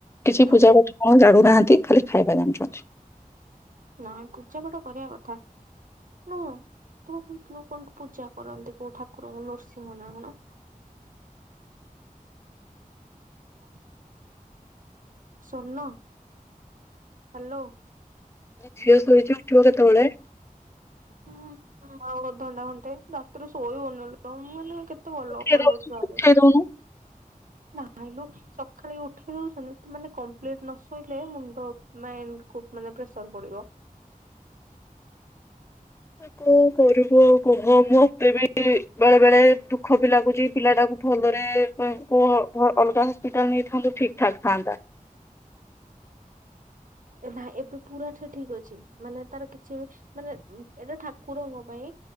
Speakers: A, on the left; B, on the right.
A: କିଛି
B: ହୁଁ
A: ପୂଜା ପାଠ କଣ ଜାଣୁନାହାନ୍ତି ଖାଲି ଖାଇବା ଜାଣିଛନ୍ତି।
B: ନାଇଁ ପୂଜା ପାଠ କରିଆ କଥା। ନୁହଁ ତୁ କହୁଥିଲୁ କଣ ପୂଜା କରନ୍ତି କୋଉ ଠାକୁରଙ୍କୁ ନୃସିଂହ ନା କଣ? <unintelligible> ସୋନୁ ହାଲୋ।
A: ଝିଅ ଶୋଇଛି ଉଠିବ କେତେବେଳେ?
B: ହୁଁଁ ଆଉ ଅଧଣ୍ଟା ଘଣ୍ଟେ ରାତିରେ ଶୋଇ ହଉନି ଲୋ ତମେ ମାନେ କେତେ ଏତେ ଭଲ
A: ଉଠେଇ
B: ଭଲ
A: ଦଉନୁ
B: ହଉଛ ଆରେ
A: ଉଠେଇ ଦଉନୁ।
B: ନହିଁ ସକାଳେ ଉଠି ଦଉଛନ୍ତି ମାନେ କମ୍ପ୍ଲିଟ ନ ଶୋଇଲେ ମୁଣ୍ଡ ମାଇଣ୍ଡ କୁ ମାନେ ପ୍ରେସର ପଡିବ।
A: କଣ କରିବୁ ଆଉ କୁହ ମୁଁ ମତେ ବି ବେଳେ ବେଳେ ଦୁଃଖ ବି ଲାଗୁଛି ପିଲାଟାକୁ ଭଲରେ ଅଲଗା ହସ୍ପିଟାଲ ନେଇଥାନ୍ତୁ ଠିକ୍ ଠାକ୍ ଥାନ୍ତା। <unintelligible>
B: ନାଇଁ ଏବେ ପୁରା ଠିକ୍ ହେଇଯାଇଚି, ମାନେ ତାର କିଛି ବି ମାନେ ଏଇଟା ଠାକୁରଙ୍କ ପାଇଁ